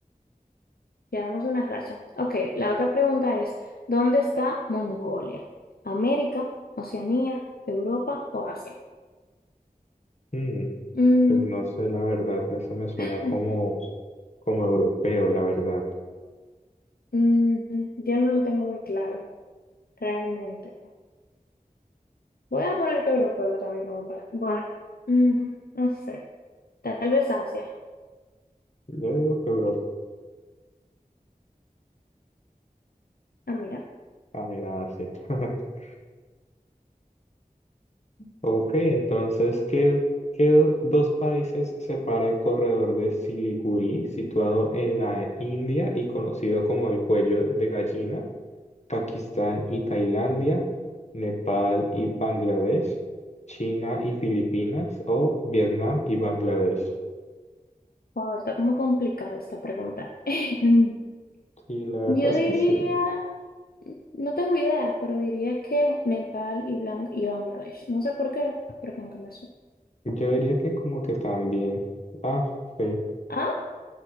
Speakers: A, on the left; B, on the left.
A: Llevamos una racha. Ok, la otra pregunta es, ¿dónde está Mongolia? ¿América, Oceanía, Europa o Asia?
B: Mm,
A: Mm,
B: pues no sé, la verdad, eso me
A: <laughs>
B: suena como, como europeo, la verdad.
A: mm, yo no lo tengo muy claro, realmente. Voy a poner que europeo también como para... Bueno, mm, no sé. Tal vez Asia.
B: Yo digo que europeo.
A: Ah, mira.
B: Ah, gracias. <laughs> Ok, entonces, ¿qué, qué do- dos países separa el corredor de Siliguri, situado en la India y conocido como el cuello de gallina? Pakistán y Tailandia, Nepal y Bangladesh, China y Filipinas o Vietnam y Bangladesh.
A: Wow, está como complicada esta pregunta. <laughs>
B: Sí, la verdad
A: Yo
B: es
A: diría,
B: que sí.
A: no tengo idea, pero diría que Nepal y, Blan- y Bangladesh. No sé por qué, pero como que me suena.
B: Yo diría que como que también. Ah, sí,
A: Ah,